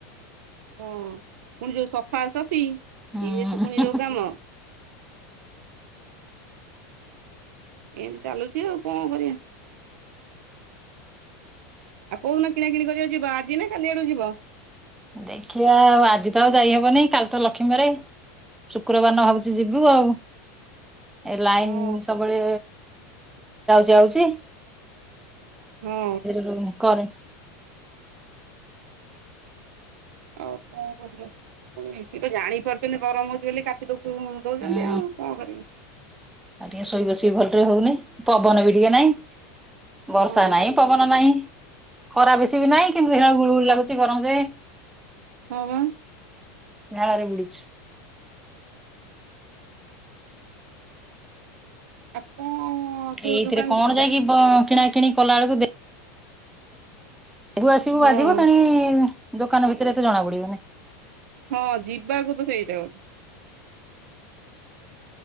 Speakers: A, on the right (about 75°); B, in the centre.
A: ହଁ ପୁଣି ଯୋଉ ସଫା ସଫି
B: ହୁଁ
A: ଇଏ ଶୁଖୁଣି ଯୋଉ କାମ ଏମତି ଚାଲୁଛି ଆଉ କଣ କରିବା। ଆଉ କଉନ କିଣା କିଣି କରିବାକୁ ଯିବା ଆଜି ନା କାଲି ଆଡକୁ ଯିବ।
B: ଦେଖିବା ଆଉ ଆଜି ତ ଆଉ ଯାଇହବନି କାଲି ତ ଲକ୍ଷ୍ମୀବାରେ। ଶୁକ୍ରବାର ଦିନ ଭାବୁଛି ଯିବୁ ଆଉ। ଏ ଲାଇନ
A: ହଁ
B: ସବୁବେଳେ ଯାଉଚି ଆାଉଚି।
A: ହଁ।
B: <unintelligible>
A: ଆଉ କଣ କରିବା। ପୁଣି ସିଏ ତ ଜାଣିପାରୁଛନ୍ତି ଗରମ ହଉଛି ବୋଲି କାଟି ଦ ଦଉଛନ୍ତି
B: ହୁଁ
A: ଆଉ କଣ କରିବି।
B: ଆଉ ଟିକେ ଶୋଇ ବସି ଭଲରେ ହଉନି ପବନ ବି ଟିକେ ନାଇଁ। ବର୍ଷା
A: ହଁ
B: ନାଇ, ପବନ ନାଇ, ଖରା ବେଶୀ ବି ନାଇ କିନ୍ତୁ ଦେଖିଲାଳୁ ଗୁଳୁ ଗୁଳି ଲାଗୁଚି ଗରମ ଯେ
A: ହଁ ବା
B: ଝଳରେ ବୁଡିଛୁ।
A: ଆଉ କଣ ସେ
B: ଏଇଥିରେ କଣ
A: ଗା
B: ଯାଇକି ବ କିଣା କିଣି କଲା ବେଳକୁ ଦେ ବୁ ଆସିବୁ
A: ହଁ
B: ବାଧିବ ତେଣି ଦୋକାନ ଭିତରେ ଏତେ ଜଣା ପଡିବନାଇ।
A: ହଁ ଯିବାକୁ ତ ସେଇଟା ଗୋ